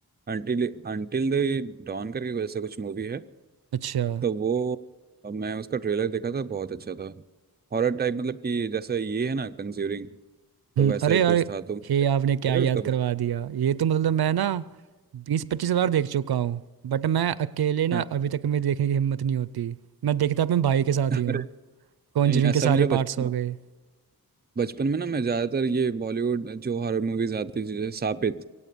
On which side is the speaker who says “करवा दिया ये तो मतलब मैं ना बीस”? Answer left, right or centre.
Right